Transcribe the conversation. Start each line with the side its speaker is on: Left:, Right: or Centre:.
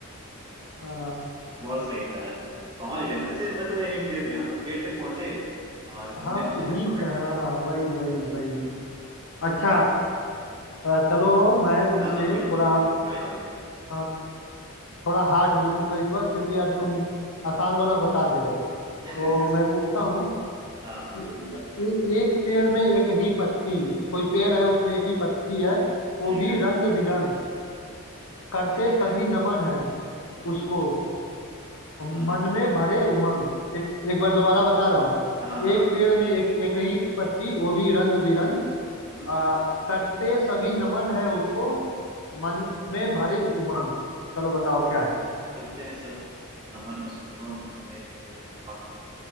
Left: हाँ
Right: बहुत सही था यार तुम पहुंच गए मैं अच्छा मैं तुम्हें हिंट दे दिया ना तुम गेट तक पहुंचे और तुमने
Left: हाँ
Right: वहां
Left: हिंट
Right: तक पकड़
Left: हाँ
Right: लिया
Left: वही वही वही अच्छा अ, चलो मैं तुमसे
Right: हाँ तुम पूछो
Left: थोड़ा
Right: तुम पूछो तुम्हारी बारी है
Left: हाँ, थोड़ा हार्ड पूछूंगा इस बार क्योंकि यार तुम आसान वाला बता दे रहे हो
Right: <laughs>
Left: तो मैं पूछता हूँ
Right: हाँ
Left: ए- एक पेड़ में एक ही पत्ती कोई पेड़ है उसमें एक ही पत्ती है वो
Right: ठीक
Left: भी
Right: है
Left: रंग बिरंग करते
Right: ठीक
Left: सभी
Right: है
Left: नमन है
Right: हम्म
Left: उसको
Right: हम्म,
Left: मन
Right: हम्म,
Left: में भरे उमंग एक एक बार दोबारा बता रहा हूँ
Right: हाँ हाँ
Left: एक
Right: हाँ,
Left: पेड़ में एक एक ही पत्ती वो भी रंग बिरंग
Right: हम्म,
Left: आ, करते सभी नमन है उसको मन में भरे उमंग चलो बताओ क्या है
Right: करते हैं सब नमन उसको मन में भरे पंख